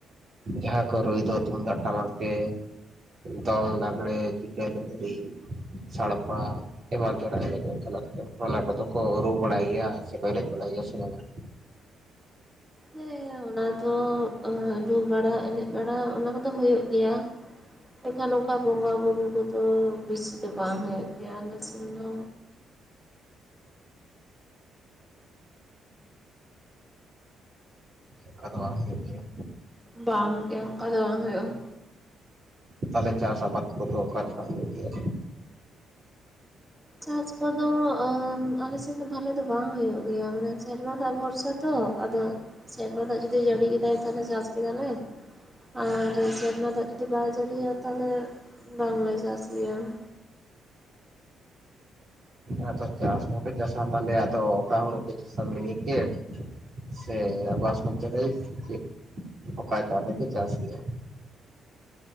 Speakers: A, on the right (about 50°); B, in the centre.
A: ᱡᱟᱦᱟᱸᱠᱚ ᱨᱩᱭ ᱫᱚ ᱛᱩᱢᱫᱟᱜ ᱴᱟᱢᱟᱠ ᱛᱮ ᱫᱚᱝ, ᱞᱟᱸᱜᱽᱲᱮ, ᱡᱷᱤᱠᱟᱹ, ᱞᱩᱦᱨᱤ, ᱥᱟᱲᱯᱟ᱾ ᱮᱢᱟᱱ ᱛᱮᱱᱟᱜ ᱮᱱᱮᱡ ᱚᱱᱠᱟᱱᱟᱜ ᱠᱚ ᱚᱱᱟ ᱠᱚᱫᱚ ᱠᱚ ᱨᱩ ᱵᱟᱲᱟᱭ ᱜᱮᱭᱟ ᱥᱮ ᱠᱚ ᱮᱱᱮᱡ ᱵᱟᱲᱟᱭ ᱜᱮᱭᱟ ᱥᱮ ᱵᱟᱝᱼᱟ?
B: ᱦᱮᱸ ᱚᱱᱟ ᱫᱚ ᱨᱩ ᱵᱟᱲᱟ ᱮᱱᱮᱡ ᱵᱟᱲᱟ ᱚᱱᱟ ᱠᱚᱫᱚ ᱦᱳᱭᱳᱜ ᱜᱮᱭᱟ᱾ ᱮᱠᱷᱟᱱ ᱚᱱᱠᱟ ᱵᱚᱸᱜᱟ ᱵᱩᱨᱩ ᱠᱚᱫᱚ ᱵᱤᱥᱤ ᱫᱚ ᱵᱟᱝ ᱦᱩᱭᱩᱜ ᱜᱮᱭᱟ ᱟᱞᱮ ᱥᱮᱱ ᱫᱚ᱾
A: ᱚᱱᱠᱟ ᱫᱚ ᱵᱟᱝ ᱦᱩᱭᱩᱜ ᱜᱮᱭᱟ᱾
B: ᱵᱟᱝ ᱜᱮ ᱚᱱᱠᱟ ᱫᱚ ᱵᱟᱝ ᱦᱳᱭᱳᱜᱼᱟ᱾
A: ᱛᱟᱦᱞᱮ ᱪᱟᱥ ᱟᱵᱟᱫ ᱠᱚᱫᱚ ᱚᱠᱟ ᱞᱮᱠᱟ ᱦᱳᱭᱳᱜ ᱜᱮᱭᱟ?
B: ᱪᱟᱥ ᱠᱚᱫᱚ ᱟᱞᱮ ᱥᱮᱫ ᱫᱚ ᱵᱷᱟᱞᱮ ᱫᱚ ᱵᱟᱝ ᱦᱳᱭᱳᱜ ᱜᱮᱭᱟ, ᱢᱟᱱᱮ ᱥᱮᱨᱢᱟ ᱫᱟᱜ ᱵᱷᱚᱨᱥᱟ ᱛᱚ ᱟᱫᱚ ᱥᱮᱨᱢᱟ ᱫᱟᱜ ᱡᱩᱫᱤ ᱡᱟᱹᱲᱤ ᱠᱮᱫᱟᱭ ᱛᱟᱦᱚᱞᱮ ᱪᱟᱥ ᱠᱮᱫᱟᱞᱮ ᱟᱨ ᱥᱮᱨᱢᱟ ᱫᱟᱜ ᱡᱩᱫᱤ ᱵᱟᱭ ᱡᱟᱲᱤᱭᱟ, ᱛᱟᱦᱚᱞᱮ ᱵᱟᱝ ᱞᱮ ᱪᱟᱥ ᱜᱮᱭᱟ ᱾
A: ᱟᱫᱚ ᱪᱟ ᱪᱟᱥ ᱦᱚᱸ ᱯᱮ ᱪᱟᱥᱟ ᱛᱟᱦᱚᱞᱮ ᱟᱫᱚ ᱚᱠᱟ ᱦᱩᱲᱩ ᱯᱮ ᱪᱟᱥᱟ ᱢᱤᱱᱤᱠᱮᱴ? ᱥᱮ ᱵᱟᱥ ᱢᱩᱛᱤ ᱪᱟᱣᱞᱮ ᱪᱮ ᱚᱠᱟ ᱪᱟᱣᱞᱮ ᱯᱮ ᱪᱟᱥ ᱜᱮᱭᱟ?